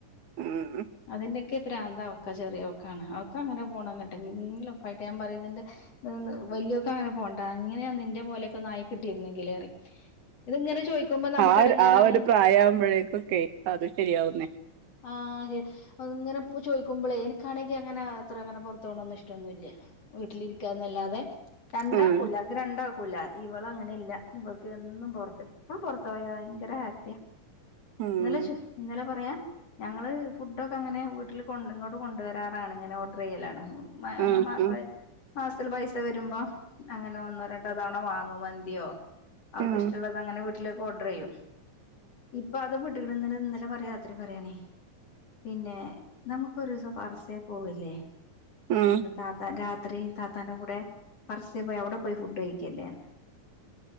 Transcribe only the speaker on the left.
അതിന്റെക്കെ പ്രാന്ത് അവക്ക് ചെറിയോക്കാണ് അവക്കങ്ങന പോണന്നിട്ട് എന്തെങ്കിലു ഒക്ക ആയിട്ട് ഞാൻ പറയും ഇതിന്റെ വല്ലിയൊക്ക അങ്ങനെ പോണ്ട അങ്ങനെയാ നിന്റെ പോലെയൊക്കെ ഒന്നായി കിട്ടിരുന്നെങ്കില് പറയും ഇതിങ്ങനെ ചോദിക്കുമ്പോ നമുക്ക്
എടങ്ങേറാണ്
ആഹ്‌ അങ്ങനെ എപ്പോ ചോയിക്കുമ്പോളേ എനിക്കാണെങ്കി അങ്ങനെ അത്ര അങ്ങനെ പോറത്തോന്നോന്നും ഇഷ്ടോന്നും ഇല്ല വീട്ട്ലിരിക്കാന്നല്ലാതെ രണ്ടാക്കൂല്ല
ഇക്ക് രണ്ടാ ക്കൂല്ല ഇവളങ്ങനെ എല്ല ഇവക്ക് എന്നും പോർത്ത് എപ്പളും പൊറത്ത് പോയ ഭയങ്കര ഹാപ്പിയ
ഇന്നലെ ഷെഫ് ഇന്നലെ പറയാ ഞങ്ങള് ഫുടൊക്കെ അങ്ങനെ വീട്ട്ല് കൊ ഇങ്ങട്ട് കൊണ്ടുവരാറാണ്. ഇങ്ങനെ ഓർഡർയ്യലാണ്. <unintelligible>
മാസ്ത്തിൽ പൈസ വരുമ്പോ അങ്ങനെ ഒന്നോ തവണ വാങ്ങു മന്ത്യോ അവർക്ക്
ഇഷ്ട്ടള്ളത് അങ്ങനെ വീട്ടിലേെക്ക് ഓർഡർ യ്യും ഇപ്പൊ അതും വിട്ടേക്ക്ണു ഇന്നലെ പറയാ ത്ര പറയണേ പിന്നെ നമുക്കൊരു സം ഫർസേ പോവല്ലേ
എന്താ താത്താ രാത്രി താത്താന്റെ കൂടെ പർസ്യ പോയി അവിടെ പോയി ഫുഡ് കഴിക്കല്ലേ